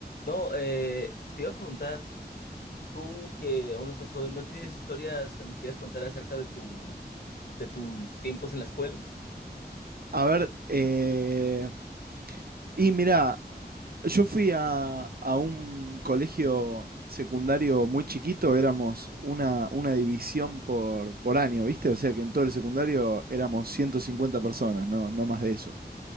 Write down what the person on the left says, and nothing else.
No, eh, te iba a preguntar, tú que aún no estás joven, ¿no tienes historias que me quieras contar acerca de tu, de tus tiempos en la escuela?